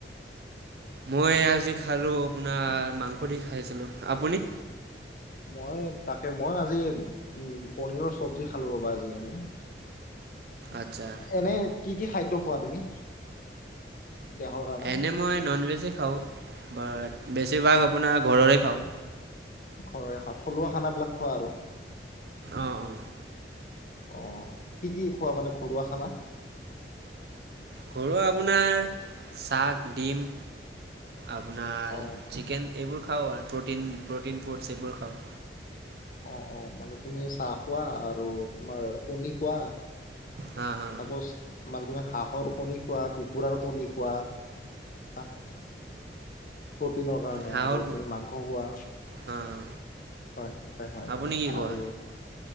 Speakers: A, on the right; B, on the left.
A: মই আজি খালো আপোনাৰ মাংস দি খাইছিলো আপুনি।
B: মই তাকে মই আজি উ পনীৰৰ চব্জি খালো ৰ'বা আজি এনে।
A: আচ্ছা
B: এনে কি কি খাদ্য খোৱা তুমি। দেহৰ কাৰণে
A: এনে মই ননভেজেই খাওঁ বাট বেছিভাগ আপোনাৰ ঘৰৰে খাওঁ।
B: ঘৰৰে থলুৱা খানাবিলাক খোৱা আৰু।
A: অ অ।
B: অ কি কি খোৱা মানে ঘৰুৱা খানা।
A: ঘৰুৱা আপোনাৰ চাক ডিম। আপোনাৰ
B: অ',
A: চিকেন এইবোৰ খাওঁ আৰু প্ৰটিন প্ৰটিন ফুডছ এইবোৰ খাওঁ।
B: অ অ মানে তুমি চাহ খোৱা আৰু তোমাৰ কণী খোৱা।
A: হা হা।
B: চাপ'জ মানে তুমি হাঁহৰ কণী খোৱা কুকুৰাৰ কণী খোৱা। প্ৰ'টিনৰ কাৰণে
A: হাঁহৰ
B: আৰু তুমি মাংস খোৱা।
A: হাঁ হাঁ
B: হয় হয়
A: আপুনি
B: হয়
A: কি
B: আৰু।
A: খোৱা